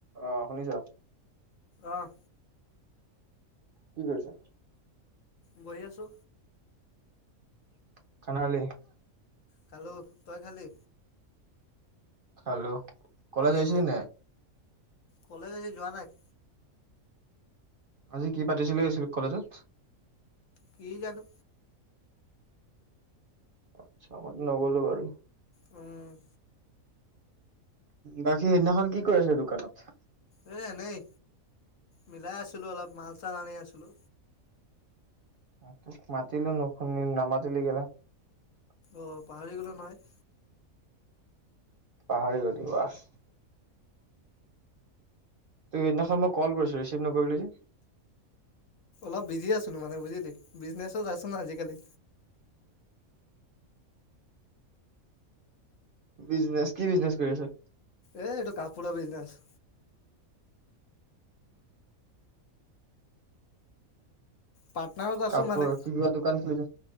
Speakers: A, on the right (about 50°); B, on the left (about 65°).
A: আহ শুনিছ।
B: আহ!
A: কি কৰিছা।
B: বহি আছো।
A: <unintelligible>
B: খালোঁ তই খালি।
A: হেল্লো। কলেজ আহিছিলি
B: অ
A: নাই?
B: কলেজ আজি যোৱা নাই।
A: আজি কি পাতিছিলো স্কুল-কলেজত।
B: কি জানো।
A: আচ্ছা <unintelligible> নগ'লো বাৰু।
B: উ'।
A: বাকী হেইদিনাখন কি কৰি আছে দোকানত।
B: এ এনেই মিলাই আছিলো অলপ মাল চাল আনি আছিলো।
A: তোক মাতিলোঁ নুখুনি-নামাতিলি <unintelligible>
B: অ' ‍পাহৰি গলো নহয়।
A: পাহৰি গলি ৱাহ। তই হেইদিনাখন মই কল কৰিছো ৰিচিভ নকৰিলি যে।
B: অলপ বিজি আছিলো মানে বুজিলি বিজনেছত আছো ন আজিকালি।
A: বিজনেচ কি বিজনেছ কৰি আছ।
B: এ'এইটো কাপোৰৰ বিজনেচ। পাটনাৰত আছো
A: কাপোৰৰ,
B: মানে
A: কি কিবা দোকান খুলিছ,